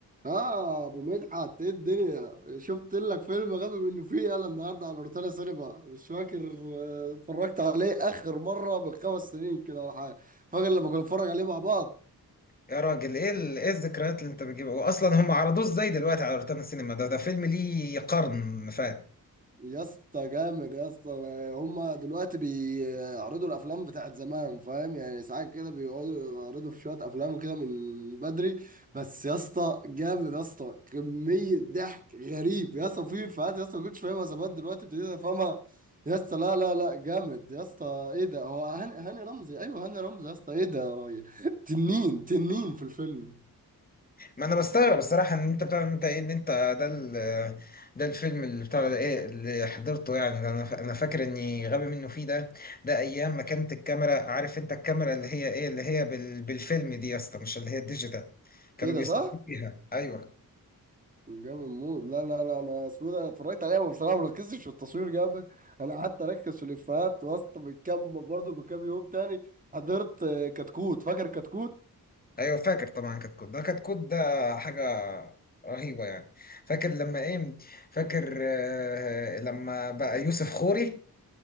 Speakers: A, on the right; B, on the left.
A: اه ابو مدحت ايه الدنيا شفت لك فيلم غبي منه فيه انا النهارده على روتانا سينما مش فاكر آه، اتفرجت عليه اخر مره من خمس سنين كده ولا حاجه فاكر لما كنا نتفرج عليه مع بعض
B: يا راجل ايه ال... ايه الذكريات اللي انت بتجيبها واصلا هم عرضوه ازاي دلوقتي على روتانا السينما ده ده فيلم ليه قرن فات
A: يا اسطى جامد يا اسطى هما دلوقتي بيعرضوا الافلام بتاعت زمان فاهم يعني ساعات كده بيقعدوا يعرضوا في شويه افلام كده من بدري بس يا اسطى جامد يا اسطى كميه ضحك غريب يا اسطى في افيهات يا اسطى ما كنتش فاهمها زمان دلوقتي ابتديت افهمها يا اسطى لا لا لا جامد يا اسطى ايه ده هو هاني هاني رمزي ايوه هاني رمزي يا اسطى ايه ده يا راجل <laughs> تنين تنين في الفيلم
B: ما انا بستغرب الصراحه ان انت بتاع انت ايه ان انت ده ال... ده الفيلم اللي بتاع ده ايه اللي حضرته يعني ده انا ف... انا فاكر اني غبي منه فيه ده ده ايام ما كانت الكاميرا عارف انت الكاميرا اللي هي ايه اللي هي بال... بالفيلم دي يا اسطى مش اللي هي الديجيتال كانوا
A: ايه ده
B: بيصوروا
A: صح
B: بيها ايوه
A: جامد موت لا لا لا انا اسمه إيه ده اتفرجت عليها بس بصراحه ما ركزتش في التصوير جامد انا قعدت اركز في الافيهات وسط من كام برضه من كام يوم تاني حضرت آه، كتكوت فاكر كتكوت
B: ايوه فاكر طبعا كتكوت ده كتكوت ده حاجه رهيبه يعني فاكر لما ايه فاكر آه لما بقى يوسف خوري